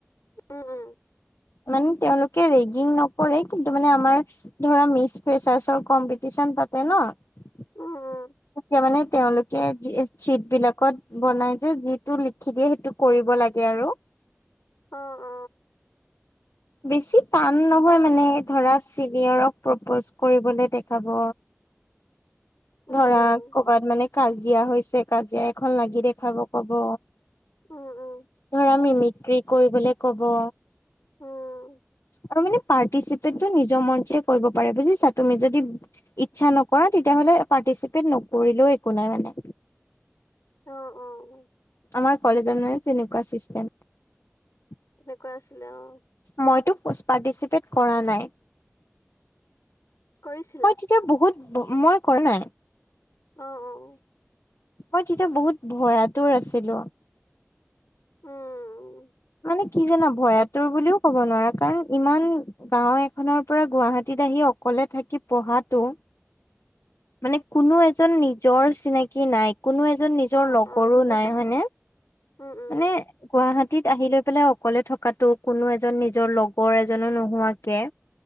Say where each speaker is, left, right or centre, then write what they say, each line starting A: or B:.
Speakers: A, on the left; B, on the left.
A: উম উম
B: মানে তেওঁলোকে ৰেগিং নকৰে কিন্তু মানে আমাৰ ধৰা মিচ ৰিছাৰ্চৰ কম্পিটিচন তাতে ন তেতিয়া
A: উম উম উম
B: মানে তেওঁলোকে কে যি চিট বিলাকত বনাই যে যিটো লিখি দিয়ে সেইটো কৰিব লাগে আৰু
A: অহ অহ
B: বেছি টান নহয় মানে ধৰা চিনিয়ৰক প্ৰপ'জ কৰিবলৈ দেখাব
A: উম
B: ধৰা
A: উম
B: কবাত মানে কাজিয়া হৈছে কাজিয়া এখন লাগি দেখাব কব
A: উম উম
B: ধৰা মিমিক্ৰি কৰিবলে কব
A: উম
B: আৰু মানে পাৰ্টিচিপেটটো নিজৰ মৰজি কৰিব পাৰে বুজিছা তুমি যদি ইচ্ছা নকৰা তেতিয়াহলে পাৰ্টিচিপেট নকৰিলেও একো নাই মানে
A: অহ অহ
B: আমাৰ কলেজত মানে তেনেকুৱা চিষ্টেম <unintelligible>
A: তেনেকুৱা আছিলে অহ
B: মইতো পাৰটিচিপেট কৰা নাই
A: কৰিছিলা
B: এ তেতিয়া বহুত মই কৰা নাই
A: অহ অহ অহ
B: মই তেতিয়া বহুত ভয়াতুৰ আছিলো
A: উম উম
B: মানে কি জানা ভয়াতুৰ বুলিও ক'ব নোৱাৰা কাৰণ ইমান গাওঁ এখনৰ পৰা, গুৱাহাটীত আহি অকলে থাকি পঢ়াতো! মানে, কোনো এজন নিজৰ চিনাকি নাই। কোনো এজন নিজৰ
A: অ
B: লগৰো
A: অ কি কৈছা
B: নাই, হয়নে?
A: উম উম
B: মানে, গুৱাহটীত আহি লৈ পেলাই অকলে থকাতো, কোনো এজন নিজৰ লগৰ এজনো নোহোৱাকে।